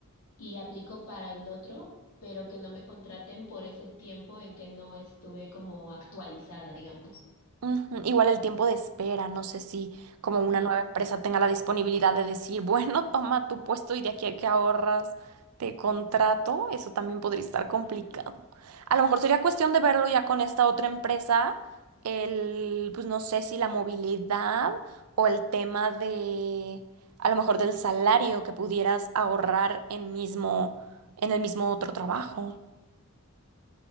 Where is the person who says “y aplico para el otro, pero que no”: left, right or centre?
Left